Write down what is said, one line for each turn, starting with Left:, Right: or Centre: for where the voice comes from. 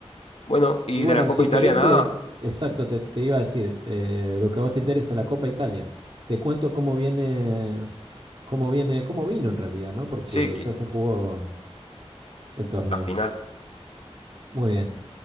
Left: Bueno, y
Right: Y bueno,
Left: de la Copa
Right: si
Left: Italia
Right: querés,
Left: nada.
Right: te, exacto, te, te iba a decir, eh, lo que a vos te interesa, la Copa Italia. Te cuento cómo viene, cómo viene, cómo vino en realidad, ¿no? Porque
Left: Sí, que-
Right: ya se jugó el torneo.
Left: la final.
Right: Muy bien.